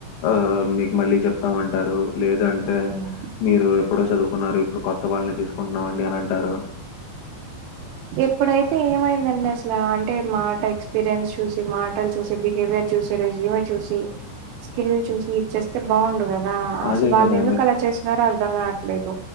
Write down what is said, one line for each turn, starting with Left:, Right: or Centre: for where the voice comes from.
Left: ఆ మీకు మళ్ళీ చెప్తామంటారు లేదంటే
Right: హ్మ్
Left: మీరు ఎప్పుడో చదువుకున్నారు ఇప్పుడు కొత్త వాళ్ళని తీసుకుంటున్నాం అండి అని అంటారు
Right: ఎప్పుడైతే ఏమైందండి అసలా అంటే మాట ఎక్స్పీరియన్స్ చూసి మాటలు చూసి బిహేవియర్ చూసి రెస్యుమే చూసి స్కిల్ చూసి ఇచ్చేస్తే బాగుండు గద ఆ
Left: అదే
Right: అసలు వాళ్ళు
Left: కదండి
Right: ఎందుకు అలా చేసినారో అర్ధం కావట్లేదు